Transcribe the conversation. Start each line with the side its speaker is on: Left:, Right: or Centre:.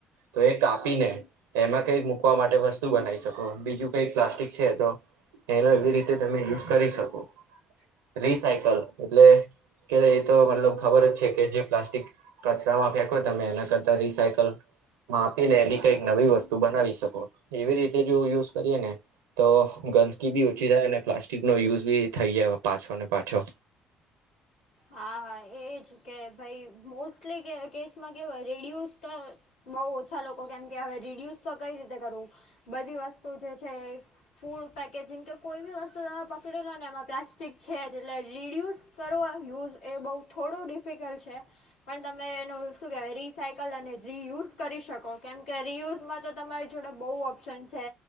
Right: તો એ કાપીને એમાં કઈ મૂકવા માટે વસ્તુ બનાવી શકો બીજું કઈક પ્લાસ્ટિક છે તો એનો એવી રીતે તમે યુઝ કરી શકો. રિસાયકલ એટલે કે એ તો મતલબ ખબર જ છે કે જે પ્લાસ્ટિક કચરામાં ફેંકો તમે એના કરતા રિસાયકલ માં આપી ને એની કઈક નવી વસ્તુ તુ બનાવી શકો એવી રીતે જો યુઝ કરીએ ને તો ગંદકી બી ઓછી થાય અને પ્લાસ્ટિકનો યુઝ બી થઈ જાય પાછો ને પાછો.
Left: હા હા એજ કે ભાઈ મોસ્ટલી કેસમાં કેવુ હોય રિયુઝ તો બહુ ઓછા લોકો કેમ કે હવે રીડ્યુસ તો કઈ રીતે કરવું. બધી વસ્તુ જે છે એ ફૂડ પેકેજિંગ કે કોઈ બી વસ્તુ તમે પકડી લો ને એમાં પ્લાસ્ટિક છે એટલે રીયુઝ કરો યુઝ એ બહુ થોડું ડિફિકલ્ટ છે. પણ તમે એનું શું કહેવાય રિસાયકલ અને રિયુઝ કરી શકો કેમ કે રિયુઝમાં તો તમારી જોડે બહુ ઓપ્શન છે.